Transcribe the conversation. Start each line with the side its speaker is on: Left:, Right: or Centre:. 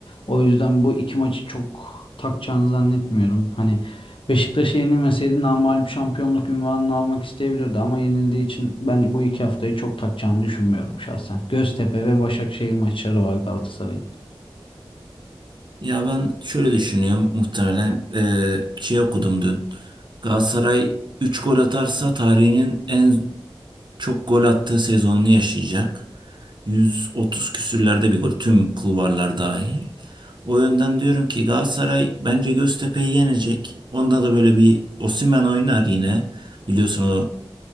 Left: O yüzden bu iki maçı çok takacağını zannetmiyorum. Hani Beşiktaş'a yenilmeseydi namağlup şampiyonluk unvanını almak isteyebilirdi ama yenildiği için ben bu iki haftayı çok takacağını düşünmüyorum şahsen. Göztepe ve Başakşehir maçları var Galatasaray'ın.
Right: Ya ben şöyle düşünüyorum muhtemelen eee şey okudum dün. Galatasaray 3 gol atarsa tarihinin en çok gol attığı sezonunu yaşayacak. 130 küsürlerde bir gol tüm kulvarlar dahil. O yönden diyorum ki Galatasaray bence Göztepe'yi yenecek. Onda da böyle bir Osimhen oynar yine. Biliyorsun o